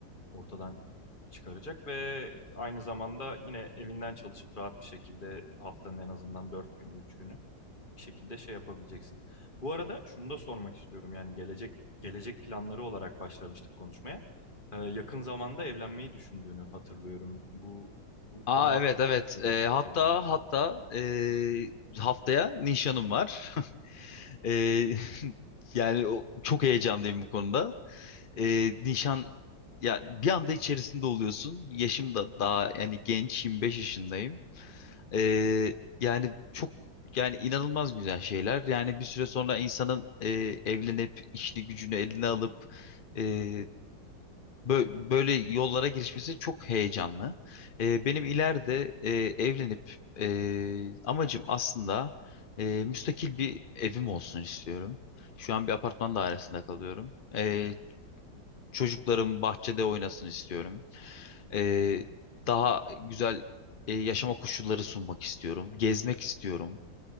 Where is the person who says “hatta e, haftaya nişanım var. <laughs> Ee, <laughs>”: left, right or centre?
Left